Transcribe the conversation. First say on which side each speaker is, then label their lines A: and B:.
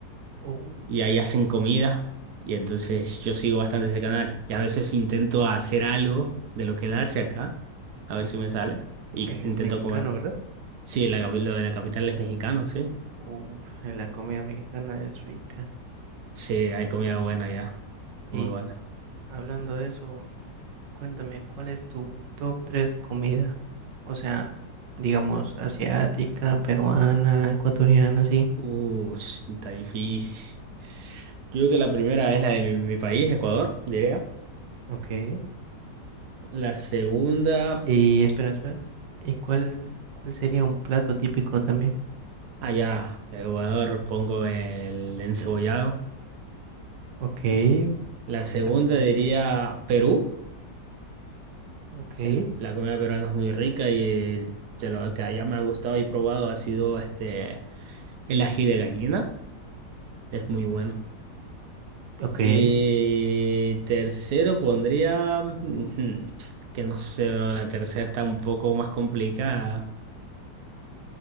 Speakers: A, on the right (about 85°); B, on the right (about 70°).
A: Oh,
B: y ahí hacen comida y entonces yo sigo bastante ese canal y a veces intento hacer algo de lo que él hace acá, a ver si me sale y
A: él es
B: intento
A: mexicano,
B: comer.
A: ¿verdad?
B: Sí, la, capi- lo de La Capital es mexicano, sí.
A: Uf, la comida mexicana es rica.
B: Sí, hay comida buena ya,
A: Y
B: muy buena.
A: hablando de eso, cuéntame, ¿cuál es tu top 3 comida? O sea, digamos, asiática, peruana, ecuatoriana, sí.
B: Uh, está difícil. Yo creo que la primera es la de mi mi país, Ecuador, diría.
A: Ok.
B: La segunda,
A: Y espera, espera. ¿Y cuál, cuál sería un plato típico también?
B: allá, Ecuador, pongo el encebollado.
A: Ok.
B: La segunda
A: ¿y ¿También es
B: diría
A: rico?
B: Perú.
A: Ok.
B: El- la comida peruana es muy rica y el- de lo que allá me ha gustado y probado ha sido este, el ají de gallina. Es muy bueno.
A: Ok.
B: Y tercero pondría, ujú, que no sé, bro, la tercera está un poco más complicada.